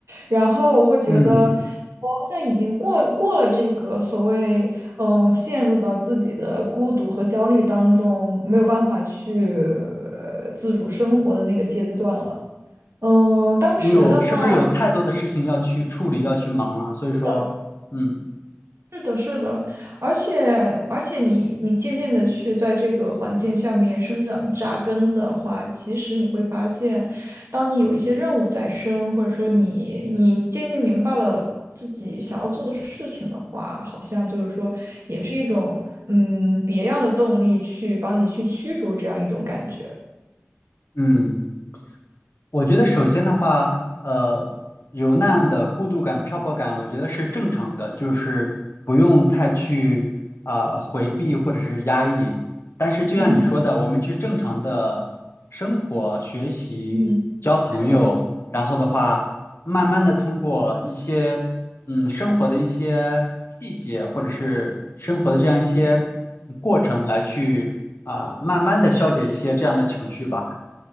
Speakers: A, on the right (about 80°); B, on the left (about 65°).
A: 然后我会觉得，
B: 嗯，
A: 我好像已经过过了这个所谓，嗯，陷入到自己的孤独和焦虑当中，没有办法去呃自主生活的那个阶段了。嗯，当时的话，
B: 你有是不是有太多的事情要去处理，要去忙了？所以说，
A: 是的，
B: 嗯
A: 是的，是的，而且而且你你渐渐的去在这个环境下面生长扎根的话，其实你会发现，当你有一些任务在身，或者说你你渐渐明白了自己想要做的事情的话，好像就是说也是一种嗯别样的动力去帮你去驱逐这样一种感觉。
B: 嗯。我觉得首先的话，呃，有那样的孤独感、漂泊感，我觉得是正常的，就是不用太去啊、回避或者是压抑。但是就像你说的，
A: 嗯
B: 我们去正常的生活、学习、
A: 嗯，
B: 交朋友，
A: 是的。
B: 然后的话，慢慢的通过一些嗯生活的一些细节，或者是生活的这样一些过程来去啊、慢慢的消解一些这样的情绪吧。